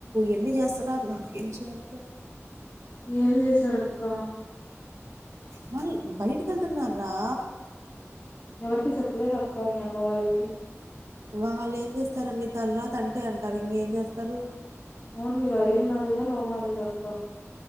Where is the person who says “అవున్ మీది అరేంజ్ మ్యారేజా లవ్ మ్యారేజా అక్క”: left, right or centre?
Left